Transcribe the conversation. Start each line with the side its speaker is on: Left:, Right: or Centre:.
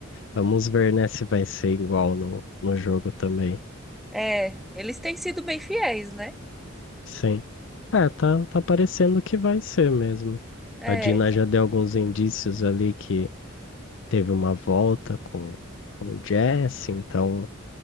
Left: vamos ver, né, se vai ser igual no, no jogo também.
Centre: É, eles têm sido bem fiéis, né?
Left: Sim. É, tá, tá parecendo que vai ser mesmo.
Centre: É,
Left: A Dina já deu alguns indícios ali que teve uma volta com, com o Jesse, então